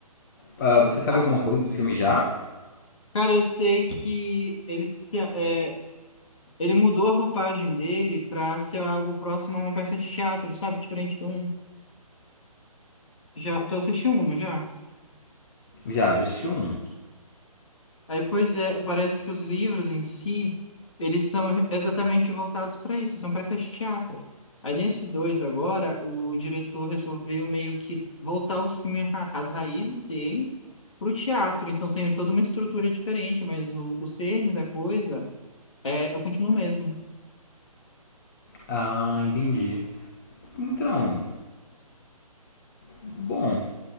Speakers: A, on the left (about 35°); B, on the left (about 55°).
A: ah, você sabe
B: Ah,
A: alguma coisa do filme já?
B: cara, eu sei que ele, te- é, ele mudou a roupagem dele pra ser algo próximo a uma peça de teatro, sabe? Diferente de um. Já, tu assistiu um, não já?
A: Já, já assisti um.
B: Aí, pois é, parece que os livros em si, eles são exatamente voltados para isso, são peças de teatro. Aí, nesse dois agora, o diretor resolveu meio que voltar os filmes, ra- as raízes dele pro teatro. Então, tem toda uma estrutura diferente, mas o, o cerne da coisa é, eu continuo mesmo.
A: Ah, entendi. Então, bom,